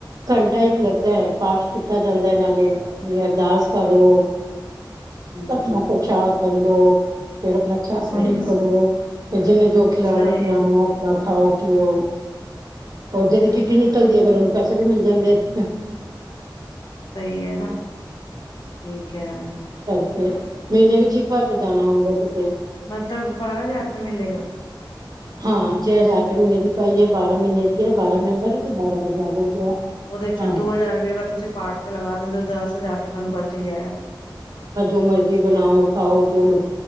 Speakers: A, on the right (about 50°); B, on the left (about 65°).
A: ਘੰਟਾ ਇੱਕ ਲੱਗਦਾ ਐ, ਪਾਠ ਕੀਤਾ ਜਾਂਦੈ ਨਾਲੇ, ਆਪਨੀ ਅਰਦਾਸ ਕਰੋ।
B: ਹਮ
A: ਆਪਣਾ ਪ੍ਰਸ਼ਾਦ ਵੰਡੋ, ਫਿਰ ਆਪਣਾ ਚਾਹ ਪਾਣੀ
B: ਸਹੀ ਹੈ
A: ਕਰੋ।
B: ਸਹੀ
A: ਫੇਰ ਜਿਹਨੇ ਜੋ ਖਿਲਾਣਾ
B: ਸਹੀ
A: ਪਿਲਾਣਾ,
B: ਹੈ
A: ਆਪਣਾ ਖਾਓ ਪੀਓ, ਉਹ ਜਦੀ ਟੀ ਨਿਕਲਦੀ ਐ ਫਿਰ ਉਹਨੂੰ ਪੈਸੇ ਵੀ ਮਿਲ ਜਾਂਦੇ ਐ।
B: ਸਈ ਏ ਨਾ, ਠੀਕ ਐ।
A: ਤੇ ਮਹੀਨੇ ਵਿੱਚ ਇੱਕ ਵਾਰ ਤੇ ਜਾਨਾ ਹੁੰਦਾ ਕਿਤੇ।
B: ਮਤਲਬ ਬਾਰਾਂ ਹਜ਼ਾਰ ਰੁਪਏ ਮਿਲੇਗਾ
A: ਹਾਂ, ਜੇ ਹਜ਼ਾਰ ਰੁਪਏ ਮਹੀਨੇ ਦੀ ਪਾਈ ਐ, ਬਾਰਾਂ ਮਹੀਨੇ ਵੀਓ ਬਾਰਾਂ ਮੈਂਬਰ ਐ ਤੇ ਬਾਰਾਂ ਹਜ਼ਾਰ ਹੋ ਗਿਆ।
B: ਉਹਦੇ ਵਿੱਚੋਂ
A: ਹਾਂ
B: ਦੋ ਹਜ਼ਾਰ ਵੀ ਅਗਰ ਤੁਸੀਂ ਪਾਠ ਤੇ ਲਗਾ ਦਿੰਦੇ ਓ, ਦਸ ਹਜ਼ਾਰ ਰੁਪਏ ਤੁਹਾਨੂੰ ਬਚ ਈ ਰਿਹਾ।
A: ਮਰਜ਼ੀ ਬਨਾਓ ਖਾਓ ਜੋ ਮਰ